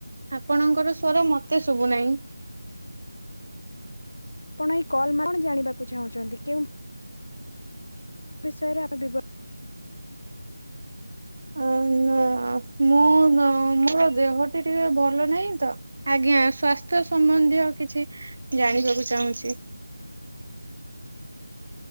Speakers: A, on the right (about 40°); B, on the left (about 75°).
A: ଆପଣଙ୍କର ସ୍ୱର ମତେ ଶୁଭୁ ନାହିଁ।
B: ଆପଣ ଏଇ କଲ କଣ ଜାଣିବାକୁ ଚାହୁଁଚନ୍ତି କେଉଁ ବିଷୟରେ ଆରବି
A: ଅ ନା ମୁଁ ନା ମୋ ଦେହ ଟିକେ ଭଲ ନାହିଁ ତ ଆଜ୍ଞା ସ୍ଵାସ୍ଥ୍ୟ ସମ୍ବନ୍ଧୀୟ କିଛି ଜାଣିବାକୁ ଚାହୁଁଚି।